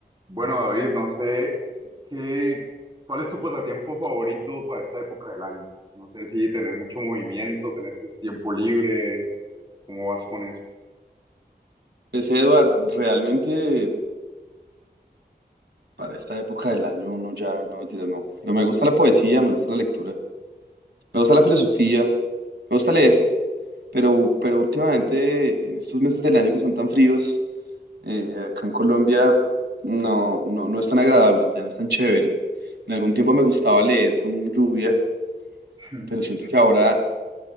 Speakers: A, on the right; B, on the right.
A: Bueno, David, no sé qué, ¿cuál es tu pasatiempo favorito para esta época del año? No sé si tenés mucho movimiento, tenés tiempo libre, ¿cómo vas con eso?
B: Pues Eduard, realmente para esta época del año uno ya, no mentiras, no. Pero me gusta la poesía, me gusta la lectura, me gusta la filosofía, me gusta leer, pero, pero últimamente en estos meses del año que son tan fríos, eh, acá en Colombia no, no, no es tan agradable, ya no es tan chévere. En algún tiempo me gustaba leer con lluvia,
A: <laughs>
B: pero siento que ahora